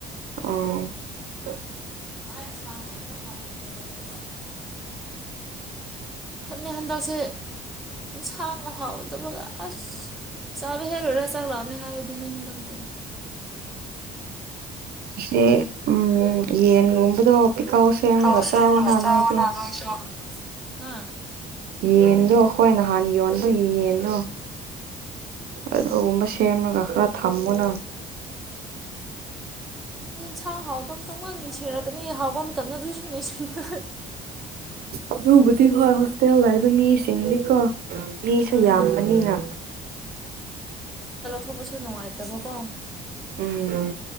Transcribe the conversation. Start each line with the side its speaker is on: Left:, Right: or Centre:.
Right: ꯑꯣ
Centre: ꯖ ꯐꯅꯦꯛ ꯍꯟꯗꯛꯁꯦ ꯁꯥꯡꯅ ꯍꯥꯎꯗꯕꯒ ꯑꯁ ꯆꯥꯗꯣ ꯍꯩꯔꯨꯔꯣ ꯆꯥꯛ ꯂꯝꯃꯦ ꯍꯥꯢꯕꯗꯤꯅꯦ ꯍꯟꯗꯛꯇꯤ
Right: ꯁꯦ ꯎꯝ ꯌꯦꯟ ꯌꯣꯟꯕꯗꯣ ꯄꯤꯀꯜ ꯁꯦꯝꯃꯒꯥ
Centre: ꯀꯥꯎ ꯁꯦꯝꯃꯒ
Right: ꯆꯥꯑꯣꯅꯥ
Centre: ꯆꯥꯎꯅ
Right: ꯅꯣꯏꯁꯨ
Centre: ꯅꯣꯏꯁꯨ ꯍꯥ
Right: ꯌꯦꯟꯗꯣ ꯑꯩꯈꯣꯏ ꯅꯍꯥꯟ ꯌꯣꯟꯕꯒꯤ ꯌꯦꯟꯗꯣ ꯑꯗꯨꯒꯨꯝꯕ ꯁꯦꯃꯒꯥ ꯈꯔ ꯊꯝꯃꯣꯅ
Centre: ꯌꯦꯟꯁꯥꯡ ꯍꯥꯎꯗꯕ ꯇꯧꯉꯥꯟꯅ ꯁꯔꯛꯀꯅꯤ ꯍꯥꯎꯕ ꯃꯇꯝꯗ ꯑꯗꯨ ꯁꯨꯝ ꯁꯤꯕꯦ
Right: ꯑꯗꯨꯕꯨꯗꯤ ꯍꯣꯏ ꯍꯣꯁꯇꯦꯜ ꯂꯩꯕꯥ ꯃꯤꯁꯤꯡꯗꯤꯀꯣ ꯃꯤꯁꯨ
Centre: ꯎꯝ
Right: ꯌꯥꯝꯕꯅꯤꯅ
Centre: ꯑꯗꯨꯁꯨ ꯅꯨꯡꯉꯥꯏꯇꯕꯀꯣ
Right: ꯎꯝ